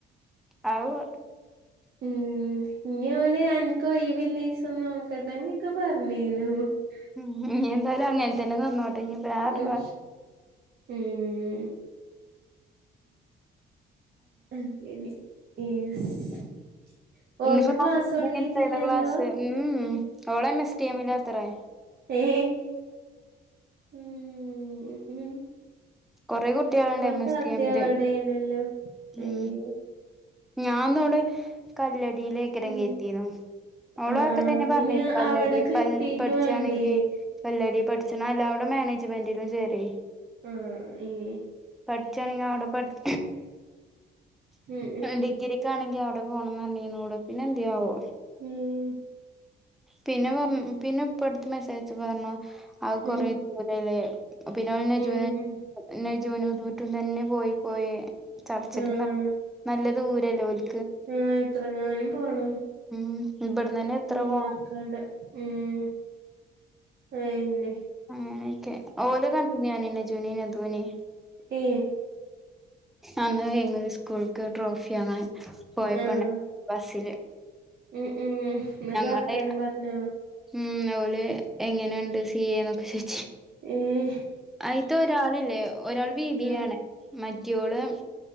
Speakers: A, in the centre; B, on the right (about 55°).
A: അഹ്
B: ഉം ഇനി ഓല് അനക് ഒഴിവില്ലിസം നോക്കട്ടെങ്ങൊക്കെ പറഞ്ഞി <unintelligible>
A: ഉം ഇഞി എന്തായാലും അങ്ങനെ തന്നെ നിന്നോ ട്ടെ ഇഞ്പ ഞാട്ണെ
B: ഉം ഉം <unintelligible> യെസ്
A: <inaudible> <unintelligible>
B: ഓൾക്ക് ക്ലാസ് തൊടങ്ങീട്ടില്ലല്ലോ
A: ക്ലാസ് ഉം ഉം ഓളെ <unintelligible> ലാത്രെ
B: ഏ ഉം
A: കൊറേ കുട്ടികള്ണ്ട്
B: ഓളെ
A: എം എസ്
B: താത്ത
A: ടി എമ്മില്
B: അവിടെയാണല്ലോ
A: ഉം
B: ഏഹ്
A: ഞാന്നവിടെ കല്ലടിയിലേക്കരം
B: ഉം
A: കേറ്റീന്നു ഓളു
B: ആഹ്
A: അതൊക്കെ
B: ആഹ്
A: തന്നെ പറഞീന്ന്
B: ഇനി
A: പല്ലടി
B: അവിടെ കിട്ടീട്ട്
A: പ പഠിച്ചാണെങ്കി
B: വേണ്ടേ
A: പല്ലാടി പഠിച്ച്ണത് അല്ല അവിടെ മാനേജ്മെൻ്റിലും ചേരേയ്
B: ആ ഉം
A: പഠിച്ചാണെങ്കി അവടെ പഠ്
B: ഉം ഉം
A: ഡിഗ്രിക്കാണെങ്കി അവ ടെ പോണന്നറിഞ്ഞിന്നു ഓള് പിന്നെ എന്തേയാവോ
B: ഉം
A: പിന്നെ പറ പിന്നെ ഇപ്പ അടുത്ത് മെസ്സേജയച്ചപ്പോ പറഞ്ഞു അത്
B: ഉം
A: കൊറേ ദൂരല്ലേ പിന്നെ ഓളെ നജൂന്
B: ഉം ഉം
A: <unintelligible> ജൂനുട്ടുട്ടും തന്നെ പോയി പോയി ചടച്ചിട്ട്
B: ആഹ്
A: നല്ല ദൂരല്ലേ <unintelligible>
B: ആഹ് എത്രങ്ങാനും പോണം
A: ഉം ഇവിടന്നന്നെ എത്ര
B: മണ്ണാർക്കാട്
A: പോണം
B: ഉം അയന്നെ
A: അങ്ങനെക്കെ ഓല് കണ്ടിര്ന്നു ഞാന് നജൂനിം നദൂ നിം
B: ഏ
A: അന്ന് <unintelligible> സ്കൂൾക്ക് ട്രോഫി വാങ്ങാന് പോയപ്പണ്ട
B: ആഹ്
A: <unintelligible> ബസ്സില്
B: ഉം ഉം ഇന്നിട്ട്
A: ഞങ്ങളെ
B: വർത്താനം പറഞ്ഞോ
A: ഉം ഓൾ എങ്ങനെണ്ട് സി എ ന്നൊക്കെ ചോയ്
B: ഏഹ്
A: അയിത്തെ ഒരാളില്ലേ ഒരാൾ ബി ബി
B: ആഹ്
A: എ ആണ് മറ്റോള്